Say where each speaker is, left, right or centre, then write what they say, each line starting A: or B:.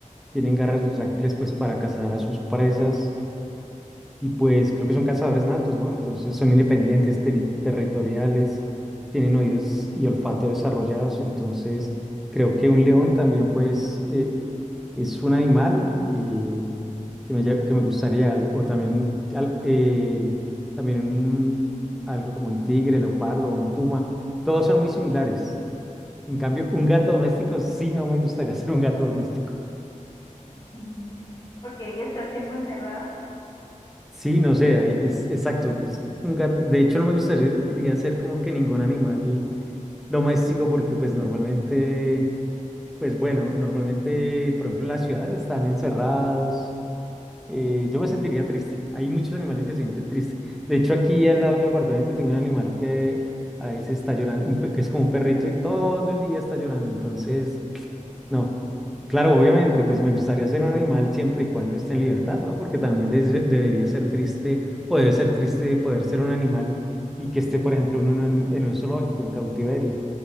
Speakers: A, in the centre; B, on the left (about 35°).
A: tienen garras retráctiles, pues para cazar a sus presas. Y pues creo que son cazadores natos, ¿no? Entonces son independientes, teri- territoriales, tienen oídos y olfato desarrollados. Entonces creo que un león también pues eh, es un animal eh, que me, lle- que me gustaría, al- o también un, al- eh, también un- algo como un tigre, leopardo, un puma. Todos son muy similares. En cambio, un gato doméstico sí no me gustaría ser un gato doméstico.
B: <laughs> Porque vives todo el tiempo encerrado.
A: Sí, no sé, ahí es exacto. es que un gato- de hecho, no me gustaría ser como que ningún animal doméstico porque pues normalmente, pues bueno, normalmente, por ejemplo, en la ciudad están encerrados. eh, yo me sentiría triste. Hay muchos animales que se sienten tristes. De hecho, aquí al lado de mi apartamento tengo un animal que a veces está llorando, un pe- que es como un perrito y todo el día está llorando. Entonces, no. Claro, obviamente, pues me gustaría ser un animal siempre y cuando esté en libertad, ¿no? Porque también debe- debería ser triste o debe ser triste poder ser un animal y que esté, por ejemplo, uno en, un en un zoológico, en cautiverio.